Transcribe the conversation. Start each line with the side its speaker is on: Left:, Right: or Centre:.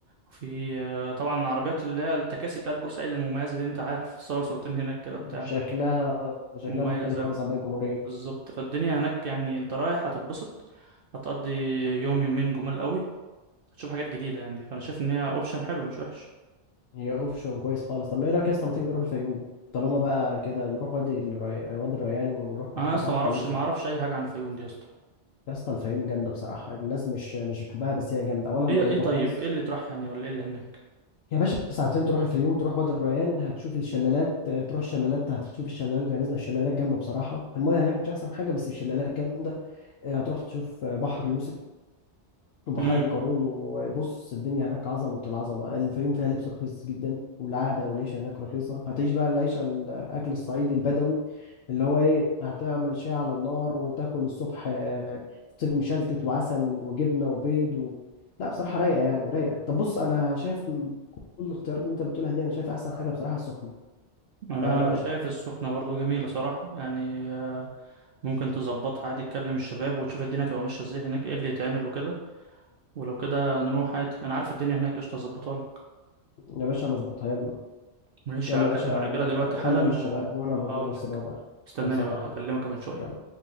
Right: وفي آه طبعا العربيات اللي هي التكاسي بتاعت بورسعيد المميزة دي أنت عارف صور صورتين هناك كده بتاع
Left: شكلها شكلها
Right: مميز
Left: مختلف
Right: أوي
Left: خالص عن باقي الجمهوريه
Right: بالظبط فالدنيا هناك يعني أنت رايح هتتبسط هتقضي يوم يومين جمال أوي هتشوف حاجات جديدة يعني فأنا شايف إن هي أوبشن حلو مش وحش
Left: هي اوبشن كويس خالص طب ما ايه رايك يا اسطى ما تيجي نروح الفيوم طالما بقى كده نروح وادي الري... وادي الريان ونروح بح-
Right: أنا أصلا
Left: بحر
Right: معرفش
Left: يوسف
Right: معرفش أي حاجة عن الفيوم دي يا اسطى
Left: يا اسطى الفيوم جامده بصراحه الناس مش مش بتحبها بس هي جامده اولا
Right: ايه
Left: قريبه
Right: ايه طيب
Left: خالص
Right: ايه اللي طرح يعني ولا ايه اللي هناك
Left: يا باشا ساعتين تروح الفيوم تروح وادي الريان هتشوف الشلالات آه، تروح الشلالات هتشوف الشلالات وهي نازله الشلالات جامده بصراحه المايه هناك مش احسن حاجه بس الشلالات جامده آه، هتروح تشوف آه، بحر يوسف وبحيرة
Right: امم
Left: قارون وبص الدنيا هناك عظمة العظمة الفيوم فيها لبس رخيص جدا والعادة والعيشة هناك رخيصة هتعيش بقى العيشة الأكل الصعيدي البدوي اللي هو إيه هتعمل شاي على النار وتاكل الصبح آه، فطير مشلتت وعسل وجبنة وبيض و... لا بصراحة رايقة يعني رايقة طب بص أنا شايف من كل الاختيارات اللي أنت بتقولها دي أنا شايف أحسن حاجة بصراحة السخنة
Right: انا
Left: فإيه رأيك
Right: شايف السخنه برضو جميله صراحه يعني آه، ممكن تظبطها عادي تكلم الشباب وتشوف الدنيا تبقى ماشيه ازاي هناك ايه اللي يتعمل وكده ولو كده نروح عادي انا عارف الدنيا هناك قشطه اظبطها لك
Left: يا باشا نظبطها يلا
Right: ماشي
Left: يلا
Right: هكلم
Left: يا باشا
Right: الرجاله
Left: أنا
Right: دلوقتي
Left: أكلم
Right: حالا
Left: الشباب
Right: و...
Left: وأنا
Right: وهقول
Left: برضه نفس
Right: لك
Left: الوضع
Right: استناني
Left: خلصانة
Right: بقى
Left: يا حبيبي
Right: هكلمك كمان شويه
Left: يلا